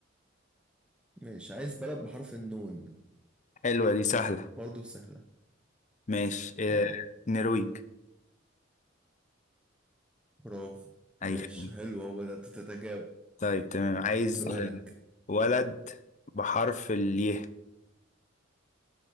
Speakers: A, in the centre; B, on the left (about 40°).
A: ماشي عايز بلد بحرف النون
B: حلوة دي سهلة
A: برضه سهلة
B: ماشي آه،
A: اه
B: نرويج
A: برافو ماشي
B: أي خدمة
A: حلو اهو بدأت تتجاوب
B: طيب تمام عايز
A: سؤالك
B: صح ولد بحرف اليه